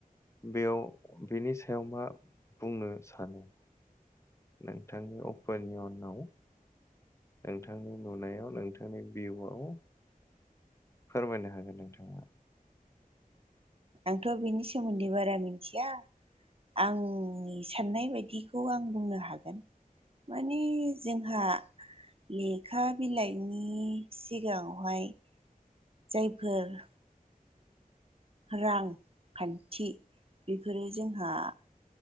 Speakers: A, on the left; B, on the right.
A: बेयाव बेनि सायाव मा बुंनो सानो नोंथांनि अप'नि उनाव नोंथांनि नुनायाव नोंथांनि भिउआव फोरमायनो हागोन नोंथाङा।
B: आंथ' बेनि सोमोन्दै बारा मिथिया। आंनि साननाय बायदिखौ आं बुंनो हागोन। माने जोंहा लेखा बिलाइनि सिगाङावहाय जायफोर रां खान्थि बेफोरो जोंहा